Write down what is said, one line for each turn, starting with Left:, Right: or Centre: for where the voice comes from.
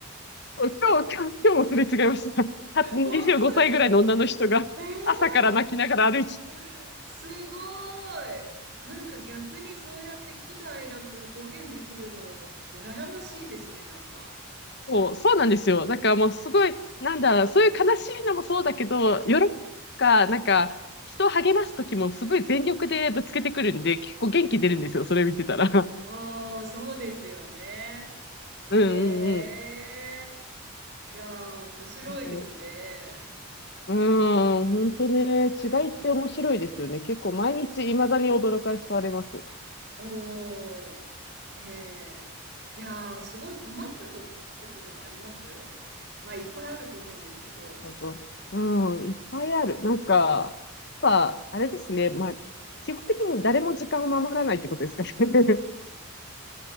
Left: そう今日、今日、今日もすれ違いました。は25歳ぐらいの女の人が朝から泣きながら歩いて、
Right: 本当にえー、すごい。なんか逆にそうやって喜怒哀楽表現できるの羨ましいですね、なんか。
Left: そう、そうなんですよ。だからもうすごい、なんだろう、そういう悲しいのもそうだけど、喜びとか、なんか、人を励ます時もすごい全力でぶつけてくるんで、結構元気出るんですよ、それ見てたら。
Right: ああ、そうですよね。へえ。
Left: うんうんうん。
Right: いやー、面白いですね。
Left: そううん、
Right: ね
Left: 本当ね、違いって面白いですよね。結構毎日未だに驚かされます。
Right: おー、ねえ。いやー、すごい困ったとこととかありますまあ、いっぱいあると思うんですけど。
Left: 本当。うん、いっぱいある。なんか、やっぱ、あれですね。まあ、基本的に誰も時間を守らないってことですかね。